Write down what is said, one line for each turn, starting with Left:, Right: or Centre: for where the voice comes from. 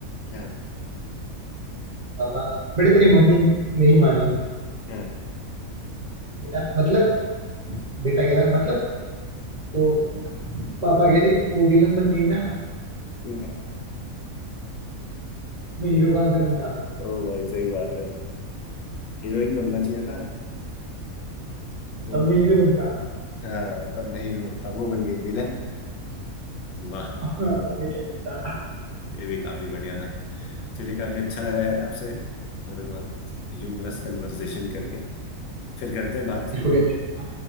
Left: हाँ
Right: पापा बेटा तेरी मम्मी नहीं मानी
Left: हाँ
Right: बेटा मतलब बेटा कह रहा मतलब तो पापा कह रहे वो विलन बन गई ना
Left: हम्म।
Right: मैं हीरो कहाँ से बनता
Left: ओ भाई सही बात है हीरोइन बनना चाहिए था तो
Right: तब मैं हीरो बनता
Left: हाँ तब मैं हीरो था वो बन गई विलन वाह
Right: <laughs> अब मैं क्या बनता
Left: ये भी काफी बढ़िया था चलिए काफी अच्छा लगा यार आपसे थोड़े बहुत ह्यूमरस कन्वर्सेशन करके फिर करते हैं बात
Right: मेरे को भी अच्छा